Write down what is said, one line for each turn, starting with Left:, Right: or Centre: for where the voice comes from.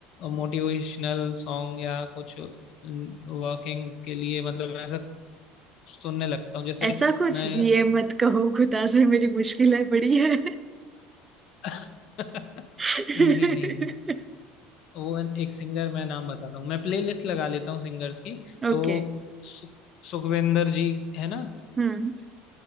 Left: मोटिवेशनल सॉन्ग या कुछ वर्किंग के लिए मतलब ऐसा सुनने लगता हूँ जैसे
Right: ऐसा कुछ
Left: मैं
Right: ये मत कहो खुदा से मेरी मुश्किल है बड़ी है
Left: <laughs> नहीं
Right: <laughs>
Left: नहीं नहीं वो एक सिंगर मैं नाम बताता हूँ मैं प्लेलिस्ट लगा लेता हूँ सिंगर्स की
Right: ओके
Left: तो सु, सुखविंदर जी है ना
Right: हम्म